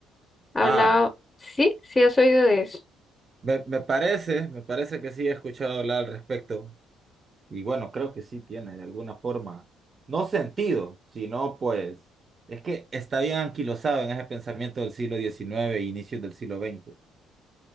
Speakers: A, on the left; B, on the right.
A: Hablaba,
B: Ah,
A: sí, sí has oído de eso.
B: me, me parece, me parece que sí he escuchado hablar al respecto. Y bueno, creo que sí tiene de alguna forma, no sentido, sino pues, es que está bien anquilosado en ese pensamiento del siglo diecinueve e inicios del siglo veinte